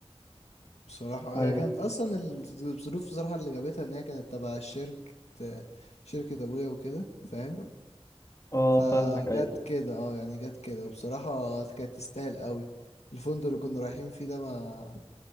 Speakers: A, on the left; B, on the left.
A: بصراحة
B: ايوه
A: هي كانت أصلا الظروف بصراحة اللي جابتها إن هي كانت تبع شركة شركة أبويا وكده فاهم
B: اه
A: فجت
B: فاهمك ايوه
A: كده اه يعني جت كده وبصراحة كانت تستاهل قوي الفندق اللي كنا رايحين فيه ده ما